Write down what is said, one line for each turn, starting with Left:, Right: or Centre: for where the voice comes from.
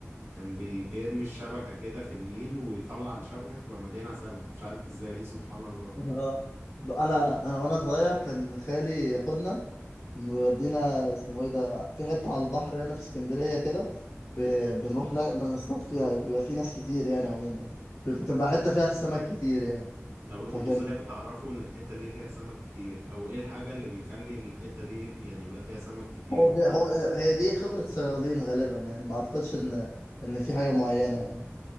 Right: كان بي- بيرمي الشبكة كده في النيل ويطلع الشبكة تبقى مليانة سمك مش عارف ازاي <laughs> سبحان الله
Left: آه. انا انا وانا صغير كان خالي ياخدنا ويودينا اسمه ايه ده في حته على البحر هنا في اسكندريه كده ب... بنروح ن- نصطاد فيها بيبقى في ناس كتير يعني عموما بتبقى حته فيها سمك كتير يعني
Right: طب انتوا
Left: فكان
Right: ازاي بتعرفوا ان الحتة دي فيها سمك كتير او ايه الحاجة اللي بيخلي الحتة دي يعني يبقى فيها سمك كتير
Left: هو
Right: و...
Left: دي... هو هي دي خبره صيادين غالبا يعني ما اعتقدش ان ان في حاجه معينه يعني